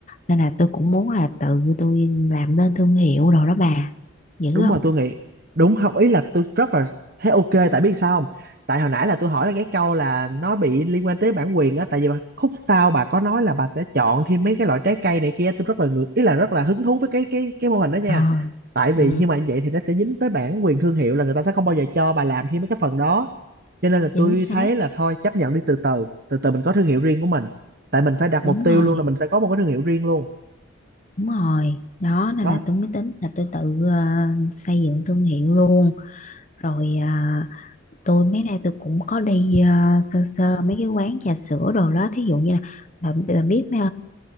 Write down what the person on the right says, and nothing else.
đúng
rồi tôi nghĩ đúng không ý là tôi rất là thấy ok tại biết sao không tại hồi nãy là tôi hỏi là cái câu là nó bị liên quan tới bản quyền á tại vì khúc sau bà có nói là bà sẽ chọn thêm mấy cái loại trái cây này kia tôi rất là ngược ý là rất là hứng thú với cái cái cái mô hình đó nha
tại vì
nhưng mà vậy thì nó sẽ dính tới bản quyền thương hiệu là người ta sẽ không bao giờ cho bà làm thêm mấy cái phần đó cho nên là
tôi
thấy là thôi chấp nhận đi từ từ từ từ mình có thương hiệu riêng của mình tại mình phải đặt
mục tiêu
luôn là mình phải có một cái thương hiệu riêng luôn
đó